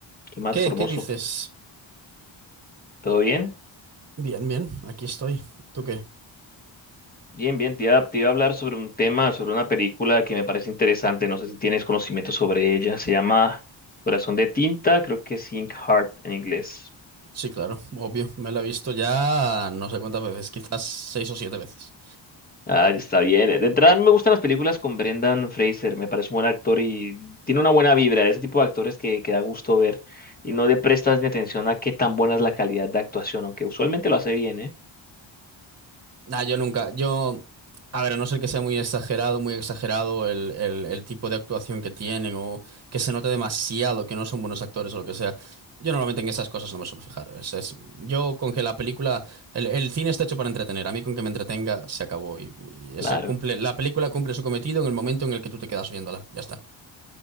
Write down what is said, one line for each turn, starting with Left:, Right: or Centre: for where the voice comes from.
Left: ¿Qué más,
Right: ¿Qué?
Left: Formoso?
Right: ¿Qué dices?
Left: ¿Todo bien?
Right: Bien, bien, aquí estoy. ¿Tú qué?
Left: Bien, bien. Te iba, te iba a hablar sobre un tema, sobre una película que me parece interesante. No sé si tienes conocimiento sobre ella. Se llama Corazón de Tinta, creo que es Ink Heart en inglés.
Right: Sí, claro, obvio. Me la he visto ya no sé cuántas veces, quizás seis o siete veces.
Left: Ah, ya está bien. De entrada, me gustan las películas con Brendan Fraser. Me parece un buen actor y tiene una buena vibra. Ese tipo de actores que, que da gusto ver y no le prestas ni atención a qué tan buena es la calidad de actuación, aunque usualmente lo hace bien, ¿eh?
Right: Nah, yo nunca, yo, a ver, a no ser que sea muy exagerado, muy exagerado el, el, el tipo de actuación que tienen o que se note demasiado que no son buenos actores o lo que sea. Yo normalmente en esas cosas no me suelo fijar. Es, es- yo con que la película, el, el cine está hecho para entretener. A mí con que me entretenga se acabó y, y eso
Left: Claro.
Right: cumple, la película cumple su cometido en el momento en el que tú te quedas viéndola. Ya está.